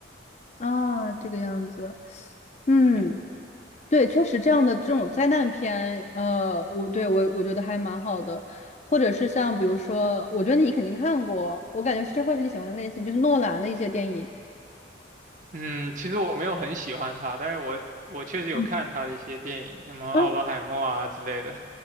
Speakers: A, on the left (about 35°); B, on the right (about 40°).
A: 啊，这个样子，嗯。
B: 对，
A: 对，确实这样的这种灾难片，呃，我对我我觉得还蛮好的，或者是像比如说，我觉得你肯定看过，我感觉这会是你喜欢的类型，就是诺兰的一些电影。
B: 嗯，其实我没有很喜欢他，但是我我确实有看他的一些电影，
A: 嗯
B: 什么《奥本海默》啊之类的。
A: 哎，